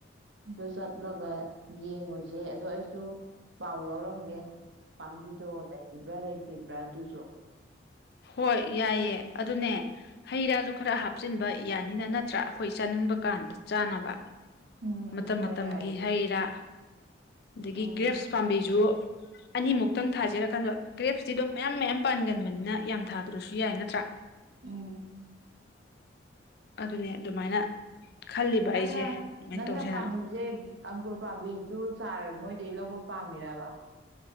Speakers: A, on the right; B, on the left.
A: ꯗꯣꯁꯠ ꯂꯧꯥꯏ ꯌꯦꯡꯉꯨꯁꯦ ꯑꯗꯣ ꯑꯩꯁꯨ ꯄꯥꯎ ꯂꯧꯔꯝꯒꯦ ꯄꯥꯝꯕꯤꯗꯣ ꯂꯩꯔꯤꯕ꯭ꯔꯥ ꯂꯩꯇ꯭ꯔꯤꯕ꯭ꯔꯥ ꯑꯗꯨꯁꯨ
B: ꯍꯣꯏ ꯌꯥꯏꯌꯦ ꯑꯗꯨꯅꯦ ꯍꯩ ꯔꯥꯁꯨ ꯈꯔ ꯍꯥꯞꯆꯤꯟꯕ ꯌꯥꯅꯤꯅ ꯅꯠꯇ꯭ꯔꯥ ꯑꯩꯈꯣꯏ ꯆꯥꯅꯤꯡꯕ ꯀꯥꯟꯗ ꯆꯥꯅꯕ
A: ꯎꯝ
B: ꯃꯇꯝ
A: ꯍꯣꯏ
B: ꯃꯇꯝꯒꯤ
A: ꯌꯥꯏ
B: ꯍꯩ ꯔꯥ ꯑꯗꯒꯤ
A: ꯎꯝ
B: ꯒ꯭ꯔꯦꯞꯁ ꯄꯥꯝꯕꯤꯁꯨ ꯑꯅꯤꯃꯨꯛꯇꯪ ꯊꯥꯖꯔꯀꯟꯗ ꯒ꯭ꯔꯦꯞꯇꯤ ꯑꯗꯨꯝ ꯃꯌꯥꯝ ꯃꯌꯥꯝ ꯄꯥꯟꯒꯟꯕꯅꯤꯅ ꯌꯥꯝ ꯊꯥꯗ꯭ꯔꯁꯨ ꯌꯥꯏ ꯅꯠꯇ꯭ꯔꯥ
A: ꯎꯝ
B: ꯑꯗꯨꯅꯦ ꯑꯗꯨꯃꯥꯏꯅ ꯈꯜꯂꯤꯕ
A: ꯅꯪꯅ
B: ꯑꯩꯁꯦ ꯑꯗꯨꯃꯥꯏꯅ
A: ꯅꯪꯅ
B: ꯇꯧꯁꯦꯅ
A: ꯄꯥꯝꯕꯤꯁꯦ ꯑꯪꯒꯨꯔ ꯄꯥꯝꯕꯤ ꯖꯨꯁ ꯁꯔ ꯃꯣꯏ ꯗꯩ ꯂꯣ ꯄꯥꯝꯃꯤꯔꯕ